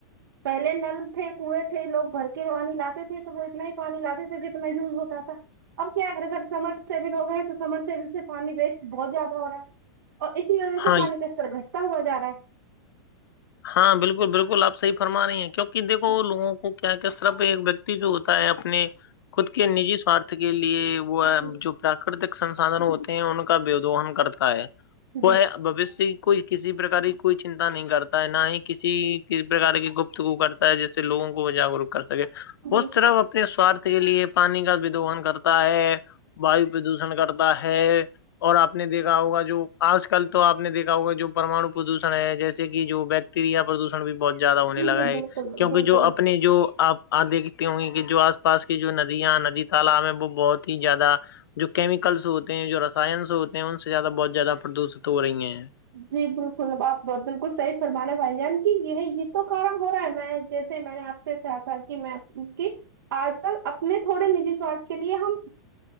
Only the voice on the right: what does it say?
پہلے نل تھے کیں تھے لوگ بھر کے پانی لاتے تھے تو وہ اتنا ہی پانی لاتے تھے جتنا یوز ہوتا تھا اب کیا اگر سمر سیل ہو گئے ہیں تو سمر سیل سے پانی ویسٹ بہت زیادہ ہو رہا ہے اور اسی وجہ
سے پانی کا استر گھٹتا ہوا جا رہا ہے
ہے
جی
جی
جی
جی
جی
بالکل
بالکل
جی بالکل آپ بالکل صحی فرمانے ہیں بھائی جان کی یہ یہ تو کار ہو رہا ہے میں جیسے میں نے آپ کیا تھا کہ میں کہ آج کل اپنے تھوڑے نجی سوارھ کے لیے ہم